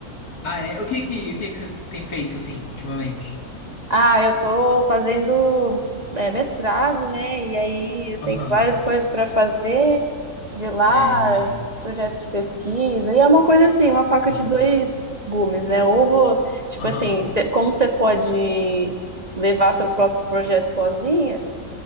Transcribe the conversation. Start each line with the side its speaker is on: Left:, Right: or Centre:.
Left: Ah, é. O que que, o que que você tem feito assim, ultimamente?
Right: Ah, eu tô fazendo é, mestrado, né? E aí eu tenho
Left: Aham.
Right: várias coisas para fazer de lá,
Left: É, imagino.
Right: projetos de pesquisa. E é uma coisa assim,
Left: Sim.
Right: uma faca de dois gumes, né? Ou vou, tipo
Left: Aham.
Right: assim, cê- como você pode levar seu próprio projeto sozinha,